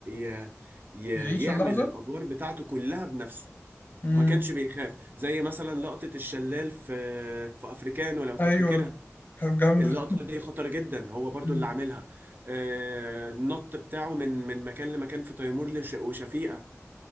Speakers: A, on the right (about 40°); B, on the left (about 40°).
A: ي... ي...
B: يعيش
A: يعمل
B: اللحظة
A: الادوار بتاعته كلها بنفسه
B: امم
A: ما كانش بيخاف زي مثلا لقطة الشلال في في افريكانو لو تفتكرها
B: أيوه كانت جامدة
A: اللقطة دي خطر جدا هو برضو
B: مم.
A: اللي عاملها آه، النط بتاعه من من مكان لمكان في تيمور لش- وشفيقة